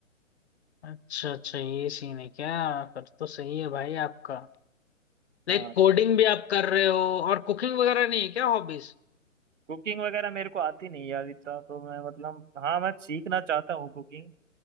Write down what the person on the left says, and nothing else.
अच्छा अच्छा ये सीन है क्या फिर तो सही है भाई आपका लाइक
कोडिंग भी आप कर रहे हो और कुकिंग वगैरह नहीं है क्या हॉबीज